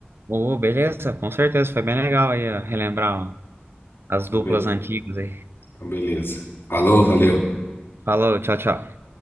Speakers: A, on the right; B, on the left.
A: Ô, beleza, com certeza, foi bem legal aí ó, relembrar ó, as
B: Então,
A: duplas
B: be-
A: antigas aí.
B: então beleza. Falou, valeu.
A: Falou, tchau, tchau.